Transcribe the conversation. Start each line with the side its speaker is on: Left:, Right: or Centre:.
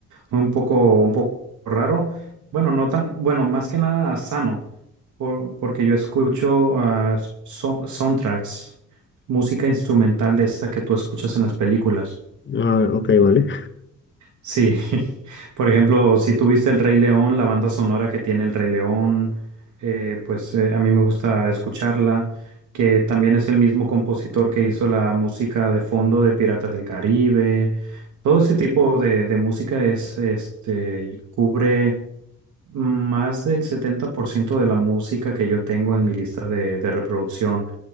Right: un poco, un poco raro. Bueno, no tan, bueno, más que nada sano, por- porque yo escucho ah, so- soundtracks, música instrumental de esta que tú escuchas en las películas.
Left: Ah, ok, vale.
Right: Sí, <laughs> por ejemplo, si tuviste El Rey León, la banda sonora que tiene El Rey León, eh, pues eh, a mí me gusta escucharla, que también es el mismo compositor que hizo la música de fondo de Piratas del Caribe. Todo ese tipo de, de música es, este, y cubre más del 70% de la música que yo tengo en mi lista de, de reproducción.